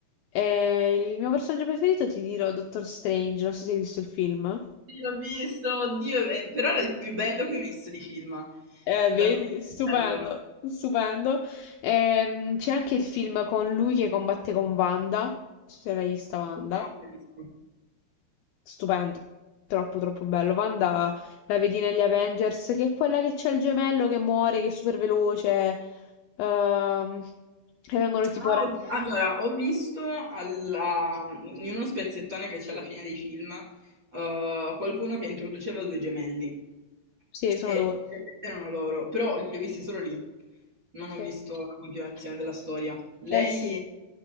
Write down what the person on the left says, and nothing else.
E il mio personaggio preferito ti dirò Doctor Strange, non so se hai visto il film.
Eh,
vedi, stupendo,
stupendo. Ehm, c'è anche il film con lui che combatte con Wanda, non so se l'hai vista Wanda,
stupendo, troppo troppo bello. Wanda la vedi negli Avengers, che è quella che c'è il gemello che muore, che è super veloce, ehm, e vengono tipo
rapiti.
Sì, sono
loro.
Sì.
Eh sì.